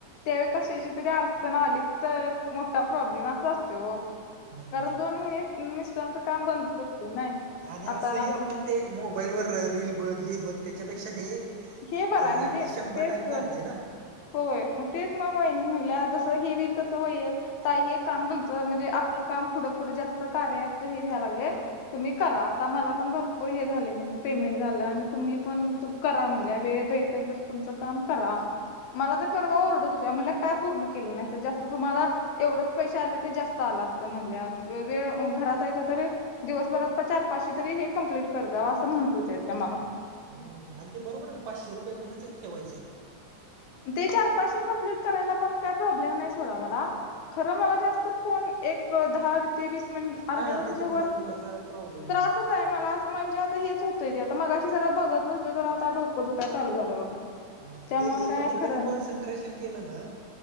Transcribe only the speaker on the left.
त्यावेळी कशाची तरी अडचण आली तर मोठा प्रॉब्लेम असा असतो ओ.
कारण दोन महिने मिस्टरांच काम बंदच असतय नाही
आता आप
हे बरं
आहे म्हणजे
तेच
होय मग तेच म वाहिनी म्हणल्या जसं हे व्हील तसं होईल. आता हे काम तुमचं म्हणजे आपलं काम पुढं पुुढं जास्त कार्या ऍपच हे व्हाय लागलंय. तुम्ही करा आता मला पण भरपूर हे झालय म्हटले पेमेंट झालं आणि तुम्ही पण करा म्हण ल्या वेळ भेटल तसं तुमचं काम करा. मला तर परवा ओरडत होत्या म्हणल का पूर्ण केलं नाहीस जास्त तुम्हाला एवढंच पैसे आलं ते जास्त आलं असतं म्हणल्या. वेळ अ घरात हायसा तर. दिवसभरात प चार, पाचशे तरी हे कंप्लीट कर जावा असं म्हणत होत्या त्या मला.
ते चार पाचशें कंम्प्लेट करायला पण काय प्रॉब्लेम नाही सोडा मला खर मला जास्त फोन एक दहा ते वीस मिनट अर्ध्यातासाच्या
वर
त्रासच
आहे मला. म्हणजे आता हेच होतंय ते आता मगाशी जरा बघत बसलो तर आता डोकं दुकाय चालू झालं बघा.
त्यामुळे
काय
खरं